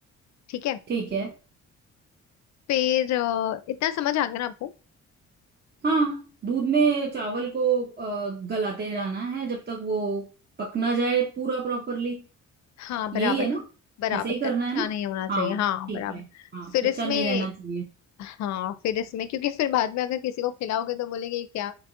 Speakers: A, on the left (about 65°); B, on the right (about 35°).
A: ठीक है
B: ठीक है
A: फिर अ, इतना समझ आ गया ना आपको
B: हाँ दूध में चावल को अ, गलाते जाना है जब तक वो पक ना जाए पूरा प्रॉपरली
A: हाँ बराबर
B: यही है ना
A: बराबर
B: ऐसे ही करना
A: कच्चा
B: है ना
A: नहीं होना चाहिए
B: हाँ
A: हाँ
B: ठीक
A: बराबर
B: है हाँ
A: फिर
B: कच्चा
A: इसमें
B: नहीं रहना चाहिए
A: हाँ फिर इसमें क्योंकि फिर बाद में अगर किसी को खिलाओगे तो बोलेंगे "ये क्या